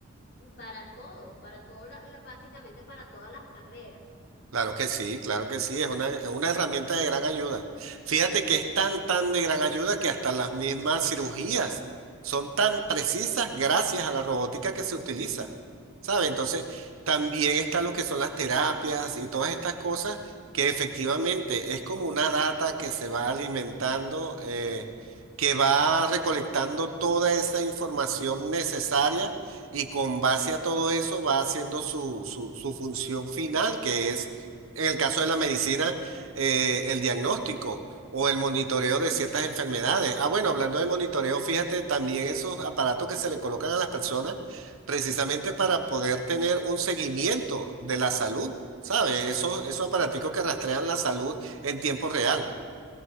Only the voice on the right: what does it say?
Claro que sí, claro que sí, es una, es una herramienta de gran ayuda. Fíjate que es tan, tan de gran ayuda que hasta las mismas cirugías son tan precisas gracias a la robótica que se utiliza, ¿sabe? Entonces, también está lo que son las terapias y todas estas cosas que efectivamente es como una data que se va alimentando, eh, que va recolectando toda esa información necesaria y con base a todo eso va haciendo su, su su función final, que es en el caso de la medicina, eh, el diagnóstico o el monitoreo de ciertas enfermedades. Ah, bueno, hablando de monitoreo, fíjate también esos aparatos que se le colocan a las personas precisamente para poder tener un seguimiento de la salud, ¿sabes? Esos, esos aparaticos que rastrean la salud en tiempo real.